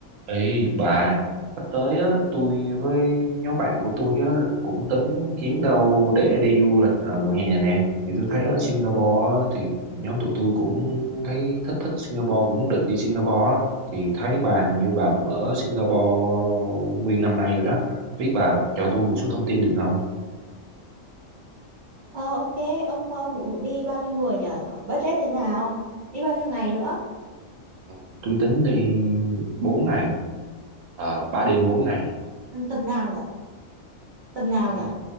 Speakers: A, on the right; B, on the right.
A: Ê bà, sắp tới á, tôi với nhóm bạn của tôi á, cũng tính kiếm đâu để đi du lịch ở mùa hè nè. Thì tôi thấy ở Singapore á, thì nhóm tụi tôi cũng thấy thích thích Singapore, cũng muốn định đi Singapore. á. Thì thấy bà như bà cũng ở Singapore nguyên năm nay rồi đó. Biết bà cho tôi một số thông tin được không?
B: Ờ ok, ông, ông đi bao nhiêu người nhở? Budget thế nào? Đi bao nhiêu ngày nữa?
A: Ờ, Tôi tính đi bốn ngày, uh, 3 đêm 4 ngày.
B: Ừ, Tầm nào nhở? Tầm nào
A: Ờ,
B: nhở?